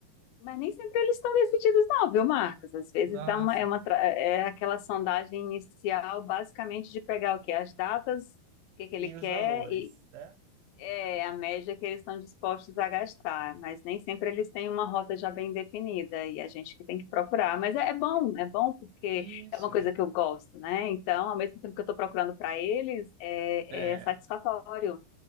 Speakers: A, on the left; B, on the right.
A: Mas nem sempre eles estão decididos, não, viu, Marcos? Às vezes
B: Nossa,
A: dá uma, é, uma, tra- é aquela sondagem inicial, basicamente, de pegar o quê? As datas, o que que ele
B: e
A: quer
B: os valores,
A: e
B: né?
A: é, a média que eles estão dispostos a gastar. Mas nem sempre eles têm uma rota já bem definida e a gente que tem que procurar. Mas é, é bom, é bom porque
B: Isso.
A: é uma coisa que eu gosto, né? Então, ao mesmo tempo que eu estou procurando para eles, é,
B: É,
A: é satisfatório.